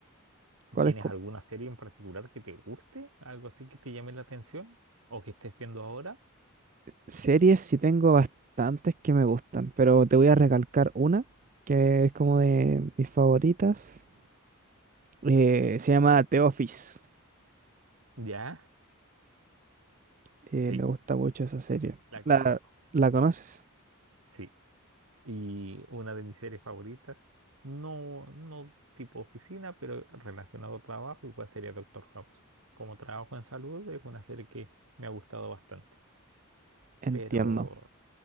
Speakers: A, on the right; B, on the right.
A: ¿Cuáles
B: ¿Tienes
A: co-
B: alguna serie en particular que te guste? ¿Algo así que te llame la atención? ¿O que estés viendo ahora?
A: series? Sí tengo bastantes que me gustan, pero te voy a recalcar una que es como de mis favoritas. Eh, se llama The Office.
B: Ya,
A: Eh,
B: sí,
A: me gusta mucho esa serie.
B: la
A: ¿La,
B: conozco.
A: la conoces?
B: Sí, Y una de mis series favoritas, no, no tipo oficina, pero relacionado a trabajo, igual sería Doctor House. Como trabajo en salud, es una serie que me ha gustado bastante.
A: Entiendo.
B: Pero